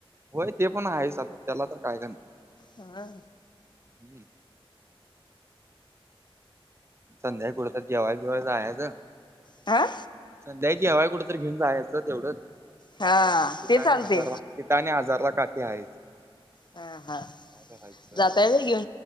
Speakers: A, on the right; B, on the left.
A: होय ते पण आहेच आता त्याला तर काय करणार.
B: हा.
A: हम्म. संध्याकाळी कुठ तर जेवाय बीवाय जायचं.
B: आ.
A: संध्याकाळी जेवाय कुठं तर घेऊन जायचं तेवढंच
B: हा
A: तिथ
B: ते
A: आणि
B: चालते
A: हजार तिथं आणि हजारला काठीे हायचं.
B: हा हा
A: काय करायचं
B: जाताय व्हय